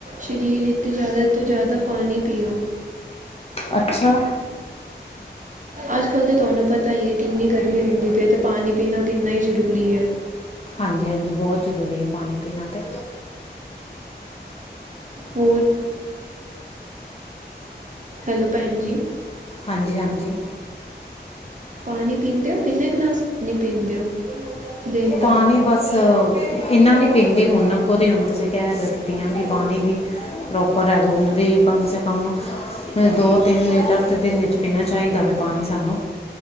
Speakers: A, on the right; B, on the left.
A: ਸਰੀਰ ਵਿੱਚ ਜ਼ਿਆਦਾ ਤੋਂ ਜ਼ਿਆਦਾ ਪਾਣੀ ਪੀਓ।
B: ਅੱਛਾ।
A: ਅੱਜ ਕੱਲ੍ਹ ਤਾਂ ਤੁਹਾਨੂੰ ਪਤਾ ਹੀ ਹੈ। ਕਿੰਨੀ ਗਰਮੀ ਹੁੰਦੀ ਪਈ ਹੈ। ਅਤੇ ਪਾਣੀ ਪੀਣਾ ਕਿੰਨਾ ਹੀ ਜ਼ਰੂਰੀ ਹੈ।
B: ਹਾਂਜੀ- ਹਾਂਜੀ ਬਹੁਤ ਜ਼ਰੂਰੀ ਹੈ ਪਾਣੀ ਪੀਣਾ। ਤੇ
A: ਹੋਰ ਹੈਲੋ ਭੈਣ ਜੀ।
B: ਹਾਂਜੀ-ਹਾਂਜੀ।
A: ਪਾਣੀ ਪੀਂਦੇ ਹੋ, ਕਿੰਨੇ ਗਲਾਸ ਪਾਣੀ ਪੀਂਦੇ ਹੋ, ਦਿਨ ਦਾ?
B: ਪਾਣੀ ਬਸ ਇੰਨਾ ਨਹੀਂ ਪੀਂਦੀ, ਹੁਣ ਅੱਗੋਂ ਦੀ ਹੁਣ ਤੁਸੀਂ ਕਹਿ ਰਹੇ ਹੋ, ਤੇ ਪਿਆਗੀ ਪਾਣੀ ਵੀ, ਪ੍ਰੋਪਰ ਰੈਗੂਲਰਲੀ। ਕਮ ਸੇ ਕਮ, ਦੋ, ਤਿੰਨ ਲੀਟਰ ਤੇ ਦਿਨ 'ਚ ਪੀਣਾ ਚਾਹੀਦਾ ਵੈ ਪਾਣੀ ਸਾਨੂੰ।